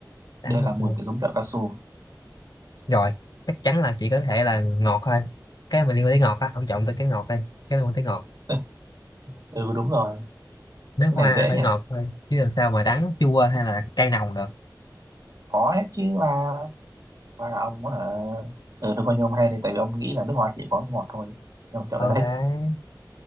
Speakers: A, on the left; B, on the right.
A: đắng
B: D
A: và
B: là mùi
A: chua
B: kiểu giống kẹo cao su
A: rồi chắc chắn là chỉ có thể là ngọt thôi cái mà liên quan tới ngọt á ông chọn tới cái ngọt đi cái liên quan tới ngọt
B: <laughs> ừ đúng rồi
A: nước
B: cái
A: hoa
B: này dễ
A: nó phải
B: nhỉ
A: ngọt thôi chứ làm sao mà đắng chua hay là cay nồng được
B: có hết chứ mà và là ông ở ừ, tôi coi như ông hen đi tại vì ông nghĩ là nước hoa chỉ có ngọt thôi nhưng mà kẹo
A: ok
B: cái đấy